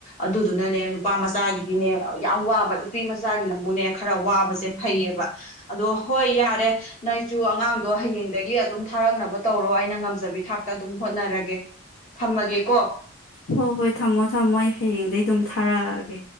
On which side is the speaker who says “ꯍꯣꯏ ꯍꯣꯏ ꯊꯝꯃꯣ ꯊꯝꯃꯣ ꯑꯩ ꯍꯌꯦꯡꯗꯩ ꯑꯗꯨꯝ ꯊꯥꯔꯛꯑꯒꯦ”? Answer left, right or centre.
Left